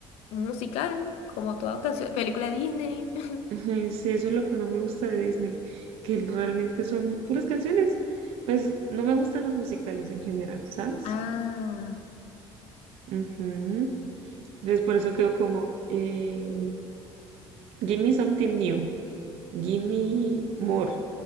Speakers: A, on the left; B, on the right.
A: musical, como toda canción, película Disney. <laughs>
B: Ajá, Sí, eso es lo que no me gusta de Disney, que realmente son puras canciones. Pues no me gustan los musicales en general, ¿sabes?
A: Ah,
B: Ujú. Entonces por eso quedo como, eh, give me something new, give me more,